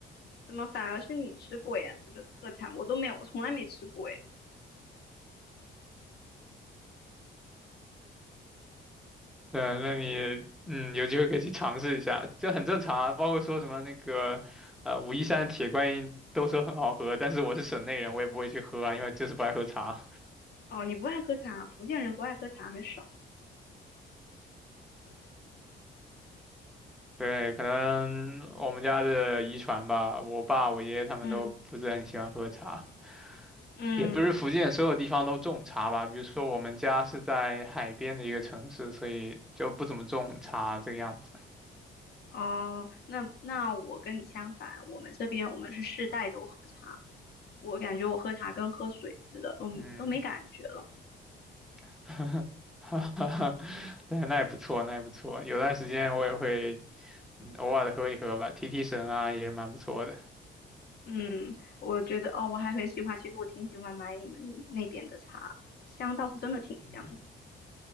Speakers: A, on the left; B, in the centre.
A: 怎么反而是你吃过呀？这个特产我都没有，我从来没吃过哎。
B: 嗯，那你嗯，有机会可以去尝试一下，这很正常啊。包括说什么那个，呃，武夷山铁观音都说很好喝，但是我是省内人，我也不会去喝啊，因为就是不爱喝茶。
A: 哦，你不爱喝茶，福建人不爱喝茶很少。
B: 对，可能我们家的遗传吧，我爸、我爷爷他们都不是很喜欢喝茶，
A: 嗯嗯，
B: 也不是福建所有地方都种茶吧。比如说我们家是在海边的一个城市，所以就不怎么种茶这个样子。
A: 哦，那那我跟你相反，我们这边我们是世代都喝茶，我感觉我喝茶跟喝水似的，都都没感觉了。
B: 嗯。<laughs> 哈哈哈，对，那也不错，那也不错。有段时间我也会嗯，偶尔的喝一喝吧，提提神啊，也是蛮不错的。
A: 嗯，我觉得哦，我还很喜欢，其实我挺喜欢买你们那边的茶，香倒是真的挺香的。
B: 嗯